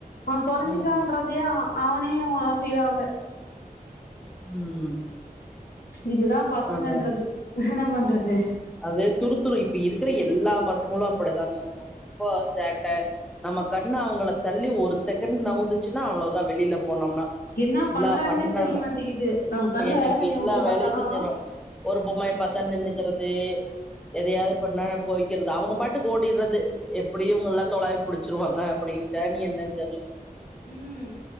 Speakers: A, on the left; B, in the centre.
A: அவ தொலைஞ்சிட்டான்றதையே
B: ம்
A: அ அவனே அவ்ளா ஃபீல் ஆவுல
B: ம்
A: இதுதா பசங்கன்றது
B: ஆமா
A: என்ன பண்றது
B: அது துருத்துரு இப்ப இருக்கிற எல்லா பசங்களு அப்டிதாங்க ரொம்போ சேட்ட நம்ம கண்ணு அவுங்கள தள்ளி ஒரு செகண்ட் நவுந்துச்சுன்னா அவ்ளோ தா வெளில போனம்னா
A: என்ன
B: இல்ல
A: பண்றாங்கன்னே
B: பண்ண
A: தெரிய
B: வே
A: மாட்டேங்குது நம்ம
B: இப்ப
A: கண்ல
B: என்ன
A: வெளக்கண்ணய
B: எல்லா
A: வுட்டு
B: வேலையு
A: பாத்தாலு
B: செஞ்சிருவா ஒரு பொம்மைய பா த்தா நின்னுக்கறது எதையாது பண்ணா போயிக்கறது அவுங்க பாட்டுக்கு ஓடிறது எப்படியு இவங்கெல்லா தொலாவி புடுச்சுருவாங்க அப்டின்டா இனி என்னன் தெர்ல
A: ம்